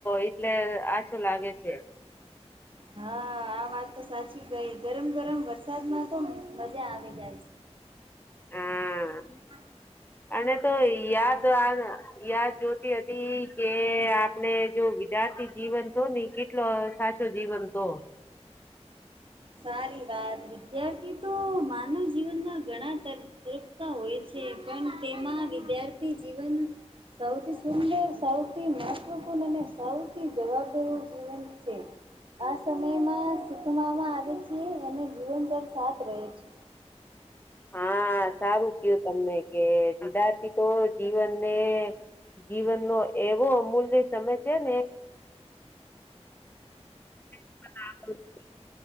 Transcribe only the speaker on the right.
હા આ વાત તો સાચી કઈ ગરમ ગરમ વરસાદમાં તો મજા આવી જાય છે
<inaudible>
સારી વાત વિદ્યાર્થી તો માનવ જીવનમાં ઘણા તર <unintelligible> હોય છે પણ તેમાં વિદ્યાર્થી જીવન સૌથી સુંદર સૌથી મહત્ત્વપૂર્ણ અને સૌથ જવાબદારી નુ જીવન છે આ સમયમાં શીખવામાં આવે છે અને જીવન પર સાથ રહે છે